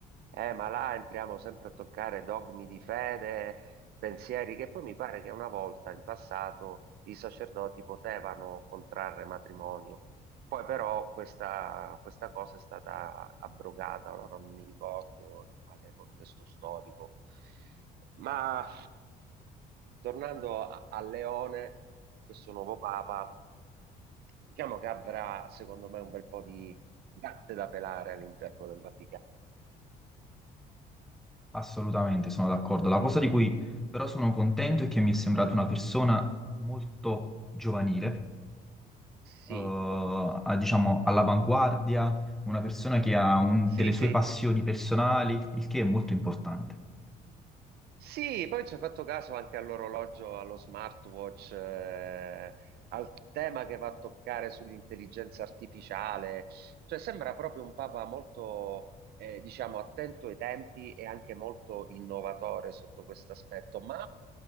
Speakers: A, on the right; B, in the centre.
A: Eh, ma là entriamo sempre a toccare dogmi di fede, pensieri, che poi mi pare che una volta in passato i sacerdoti potevano contrarre matrimonio. Poi però questa, questa cosa è stata abrogata, ora non mi ricordo in quale contesto storico. Ma tornando a, a Leone, questo nuovo papa, diciamo che avrà secondo me un bel po' di gatte da pelare all'interno del Vaticano.
B: Assolutamente, sono d'accordo. La cosa di cui però sono contento è che mi è sembrata una persona molto giovanile
A: Sì,
B: eh, a- diciamo, all'avanguardia, una persona che ha un-
A: sì,
B: delle
A: sì.
B: sue passioni personali, il che è molto importante.
A: Sì, poi ci ho fatto caso anche all'orologio, allo smartwatch, eh, al tema che va a toccare sull'intelligenza artificiale. Cioè, sembra proprio un papa molto, eh, diciamo, attento ai tempi e anche molto innovatore sotto questo aspetto, ma